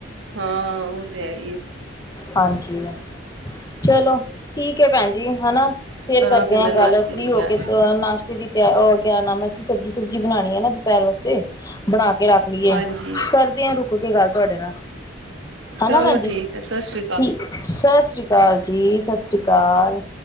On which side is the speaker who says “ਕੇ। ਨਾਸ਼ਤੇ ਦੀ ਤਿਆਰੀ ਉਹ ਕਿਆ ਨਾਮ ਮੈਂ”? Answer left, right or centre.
Left